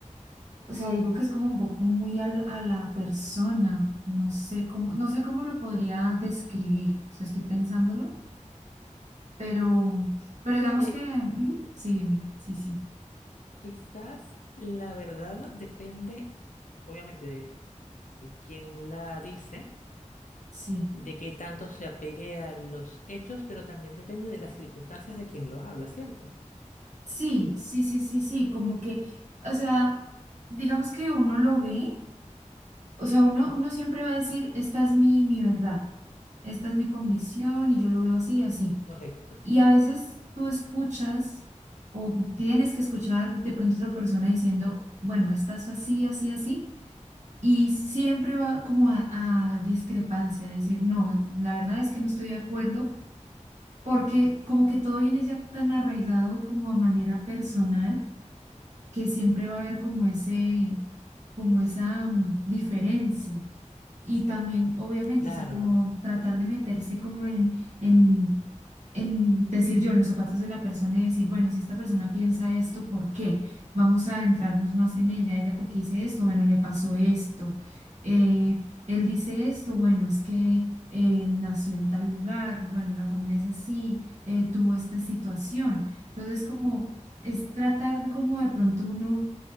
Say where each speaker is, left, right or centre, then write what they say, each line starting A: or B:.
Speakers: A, on the right (about 65°); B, on the left (about 85°).
A: O sea, digo que es como un poco muy al- a la persona. No sé cómo, no sé cómo lo podría describir. O sea, estoy pensándolo, pero, pero
B: O sea
A: digamos
B: que
A: que, ujú, sí, dime, sí, sí,
B: Quizás la verdad depende, obviamente, de, de quién la dice,
A: sí,
B: de qué tanto se apegue a los hechos, pero también depende de las circunstancias de quien lo habla, ¿cierto?
A: sí, sí, sí, sí, sí, como que, o sea, digamos que uno lo ve, o sea, uno, uno siempre va a decir, esta es mi, mi verdad, esta es mi convicción y yo lo veo así, así.
B: Correcto.
A: Y a veces tú escuchas o tienes que escuchar de pronto otra persona diciendo, bueno, estás así, así, así, y siempre va como a, a haber discrepancia, a decir, no, la verdad es que no estoy de acuerdo, porque como que todo viene ya tan arraigado como a manera personal, que siempre va a haber como ese, como esa mm, diferencia. Y también, obviamente,
B: Claro,
A: o sea, como tratar de meterse como en, en, en decir yo en los zapatos de la persona y decir, bueno, si esta persona piensa esto, ¿por qué? Vamos a adentrarnos más en ella, ella porque dice esto, bueno, le pasó esto, eh, él dice esto, bueno, es que eh, nació en tal lugar, bueno, la familia es así, eh, tuvo esta situación. Entonces, como es tratar de como de pronto uno